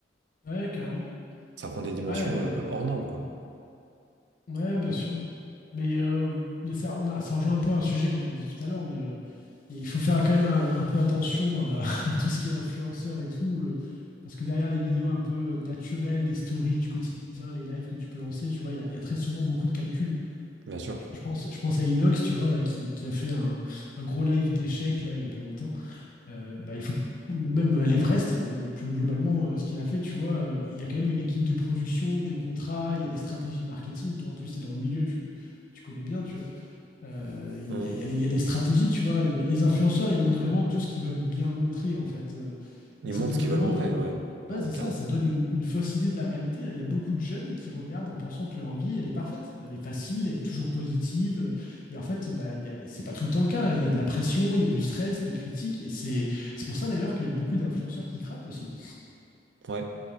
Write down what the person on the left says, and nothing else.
Ouais, carrément.
Ouais, euh,
Ouais, bien sûr. Mais, euh, mais ça, on a, ça rejoint un peu un sujet qu'on a dit tout à l'heure, mais euh, il faut faire quand même un, un peu attention à, <laughs> à tout ce qui est influenceur et tout, euh, parce que derrière les vidéos un peu euh, naturelles, les stories du quotidien, les lives que tu peux lancer, tu vois, il y, a il y a très souvent beaucoup de calculs.
Euh,
tu vois, je pense, je pense à Inox, tu vois, qui, qui a fait un, un gros live d'échecs là, il y a pas longtemps euh, bah, il faut ou même à l'Everest, euh, plus globalement, euh, ce qu'il a fait, tu vois, euh, il y a quand même une équipe de production, des contrats, il y a des stratégies marketing. Toi, en plus, tu es dans le milieu, tu, tu connais bien, tu euh, il
y, a- il y a des- il y a des stratégies, tu vois. Il y a- les influenceurs, ils montrent vraiment tout ce qu'ils veulent bien montrer, en fait. euh,
et ça
peut
vraiment.
euh,
ouais, c'est
ça, ça donne une, une fausse idée de la réalité. hein. Il y a beaucoup de jeunes qui regardent en pensant que leur vie, elle est parfaite, elle est facile, elle est toujours positive. euh, Et en fait, bah, il y a- c'est pas tout le temps le cas. hein. Il y a de la pression, il y a du stress, des critiques. Et c'est c'est pour ça d'ailleurs qu'il y a beaucoup d'influenceurs qui craquent aussi.